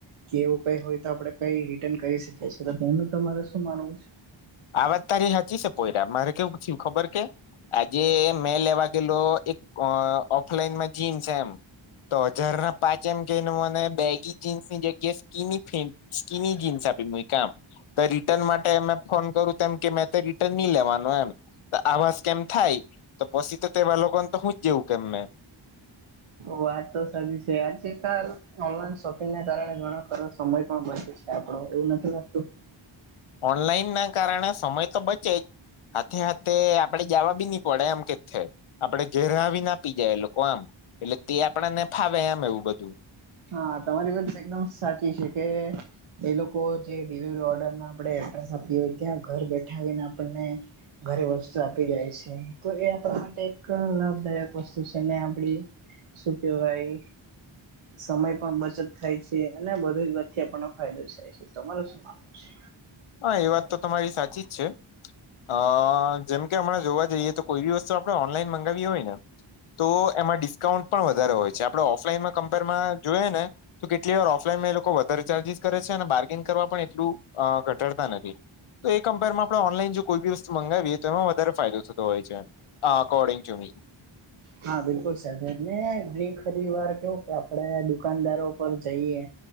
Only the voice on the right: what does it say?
કે એવું કઈ હોય તો આપડણે કઈ રિટર્ન કરી શકીએીએ તેનું તમારે શું માનવું છે
વાત તો સાચ છે આજે કાલ ઓનલાઈન શોપિંગને કારણે ઘણો ખરો સમય પણ બચે છે આપડો એવું નથી લાગતું.
હા તમારી વાત એકદમ સાચી છે કે એ લોકો જે ડિલિવરી ઓર્ડર આપણે એડ્રેસ આપીએ હો ત્યાં ઘર બેઠા આવીને આપણને ઘરે વસ્તુ આપી જાય છે તો એ આપણા માટે એક લાભદાયક વસ્તુ છે આપડી શું કે ભાઈ. સમય પણ બચત થાય છે અને બધી જ વચચે આપ ફાયદો થાય છે તમારું શું માનવું છે.
હા બિલકુલ સાને ઘણી ખરી વાર કેવું કે આપડે દુકાનદારો પર જઈએ.